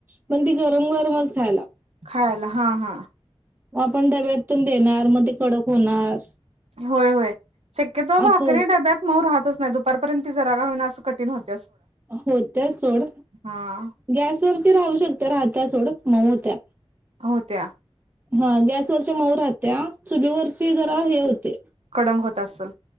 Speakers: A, on the right; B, on the right.
A: पण ती गरम गरमच खायला
B: खायला हा हा
A: म आपण डब्यातुन देणार. म ते कडक होणार.
B: होय होय शक्यतो
A: असो
B: भाकरी डब्यात मऊ राहतच नाई. दुपारपर्यंत ती जराका होईना असं कठीण होत
A: होत्या सोड
B: हा
A: गॅसवरची राहू शकत्या राहत्या सोड. मऊ होत्या
B: होत्या
A: हा गॅसवरच्या मऊ राहत्या चुली वरची जरा हे होते.
B: कडक होत असल